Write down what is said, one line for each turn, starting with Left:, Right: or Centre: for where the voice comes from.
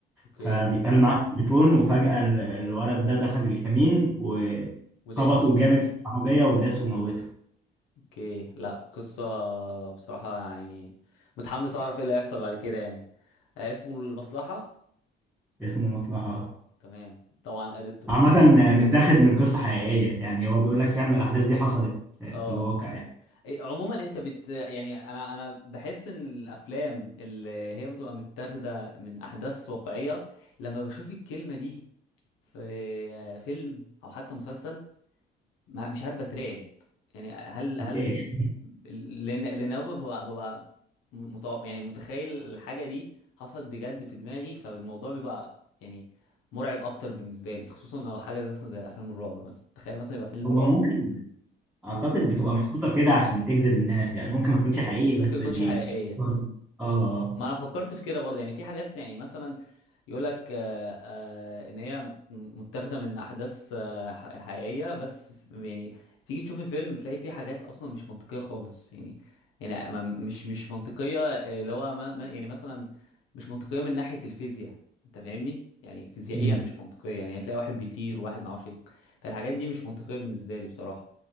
Left: اوكي
Centre: فبيتكلم معاه في التليفون وفجأة ال- الولد ده دخل الكمين وخبطه
Left: وداس
Centre: جامد في العربية وداسه وموته
Left: اوكي لا قصه بصراحه يعني متحمس اعرف ايه اللي هيحصل بعد كده يعني آه، اسمه المصلحه
Centre: اسمه مصلحة
Left: تمام طبعا added to my
Centre: عامة
Left: list
Centre: متاخد من قصة حقيقية يعني هو بيقول لك فعلا الأحداث دي حصلت في
Left: اه
Centre: الواقع يعني
Left: إيه، عموما انت بت يعني انا انا بحس ان الافلام اللي هي بتبقى متاخده من احداث واقعيه لما بشوف الكلمه دي في فيلم او حتى مسلسل ما- مش عارف بترعب يعني هل هل
Centre: ليه؟
Left: لان لان أنا ببقى ببقى متع... يعني متخيل الحاجه دي حصلت بجد في دماغي فالموضوع بيبقى يعني مرعب اكتر بالنسبه لي خصوصا لو حاجه زي مثلا زي افلام الرعب مثلا تخيل مثلا يبقى فيلم
Centre: هو
Left: رعب
Centre: ممكن أعتقد
Left: وممكن
Centre: بتبقى محطوطة كده عشان تجذب الناس يعني ممكن ما يكونش حقيقي بس
Left: يكونش
Centre: بي...
Left: حقيقيه
Centre: اه اه
Left: ما انا فكرت في كده برضه يعني في حاجات يعني مثلا يقول لك آه، آه، ان هي م- متاخده من احداث آه، ح- حقيقيه بس ف- يعني تيجي تشوف الفيلم تلاقي فيه حاجات اصلا مش منطقيه خالص يعني يعني ما- مش مش منطقيه آه، اللي هو ما- ما- يعني مثلا مش منطقيه من ناحيه الفيزياء انت فاهمني يعني فيزيائيا
Centre: مم.
Left: مش منطقيه يعني هتلاقي واحد بيطير وواحد ما اعرفش ايه فالحاجات دي مش منطقيه بالنسبه لي بصراحه